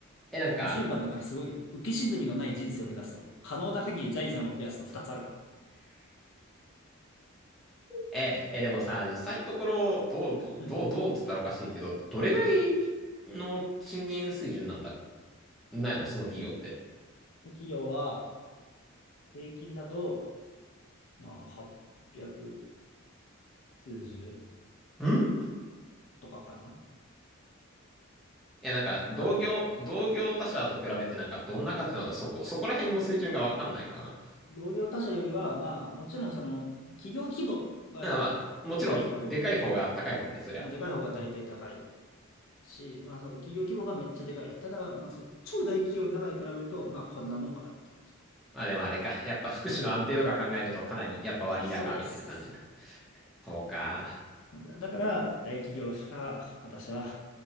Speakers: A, in the centre; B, on the left (about 60°).
A: え、なんか、
B: 10番なんかすごいよ。浮き沈みのない人生を目指すと、可能な限り財産を増やすの2つあるから。
A: え、え、でもさ、実際のところ、どう、どう、
B: うん。
A: どう、どうっつったらおかしいけど、どれぐらいの賃金水準なんだ、ないのその企業って。
B: で企業は、平均だと、まあ、800数十
A: んい
B: とかかな。
A: や、なんか、同業、
B: 多分。
A: 同業他社と比べてなんか、どんな感じなのそこ、そこら辺の水準がわかんないかな。
B: 同業他社よりは、まあ、もちろんその、企業規模がやっぱでかいけど、
A: だからまあ、もちろん、でかい方が高いもんね、そりゃ。
B: まあ、でかい方が大体高いし、まあそう、企業規模がめっちゃでかい。ただ、まあそう、超大企業の中で比べると、まあこんなもんかなって感じ。
A: まあでもあれか。やっぱ福祉の安定とか考えると、
B: そんなもんぐらい。
A: かなり、やっぱ割高、
B: そうです。
A: みたいな感じか。そうか。
B: だだから、大企業しか私は